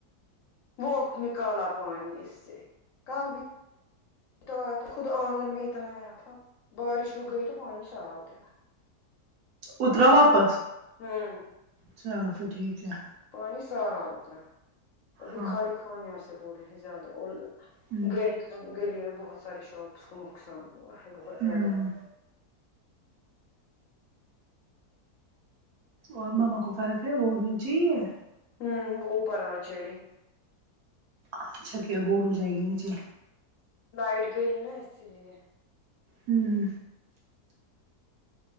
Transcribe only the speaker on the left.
وہ نکالا پانی اس سے کل بھی بتایا تھا خود آنگن میں اتنا آیا تھا بارش رک گئی تو پانی سارا اترا
ہوں
پانی سارا اترا ابھی
خالی کان یہاں سے بول رہے ہیں زیادہ اور
گ گلی میں بہت سارے شاپس کو نقصان ہوا ہے بہت
زیادہ
ہوں بہت پرواہ چڑی
لائٹ گئی نا اسی لیے